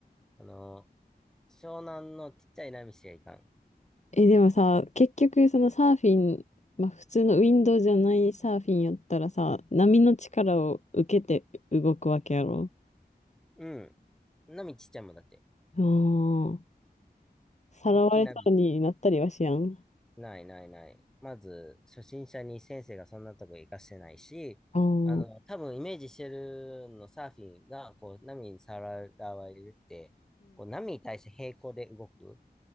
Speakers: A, in the centre; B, on the left (about 45°).
A: あの、湘南のちっちゃい波しか行かん。
B: え、でもさ、結局そのサーフィン、まあ普通のウィンドウじゃないサーフィンやったらさ、波の力を受けて動くわけやろ。
A: うん。波ちっちゃいもんだって。
B: ああ、さらわれそうになったりはしやん。
A: 大きい波。ないないない。まず、初心者に先生がそんなとこ行かせてないし、
B: ああ、うん、
A: あの、多分イメージしてるのサーフィンが、こう、波にさらわれるって、こう、波に対して平行で動く。